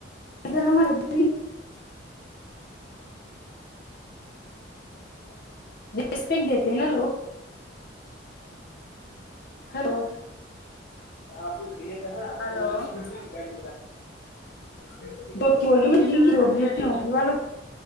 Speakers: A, on the left; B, on the left.
A: اگر ہمارےل رپٹ دیتے ہیں نا لوگ ہیلو آپ د کہ نا
B: ہلو
A: وہ گاڑی <inaudible> جی ب بولی میں
B: نیٹ
A: جن
B: ورک
A: کی ب
B: نہیں آ
A: اتنی
B: رہی کیا
A: ہوگی وال لو